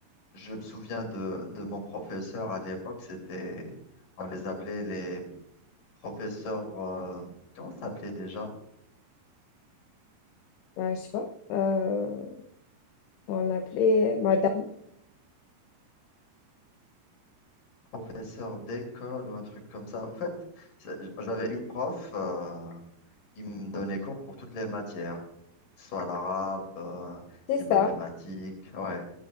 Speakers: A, on the left; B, on the left.
A: je me souviens de, de mon professeur à l'époque, c'était, on les appelait les professeurs, euh, comment ça s'appelait déjà?
B: Ouais, je sais pas. Euh, on l'appelait Madame.
A: professeur d'école ou un truc comme ça. Au fait, c'est- j'avais une prof euh, qui me donnait cours pour toutes les matières, que ce soit l'arabe, euh,
B: C'est
A: les mathématiques,
B: ça.
A: ouais.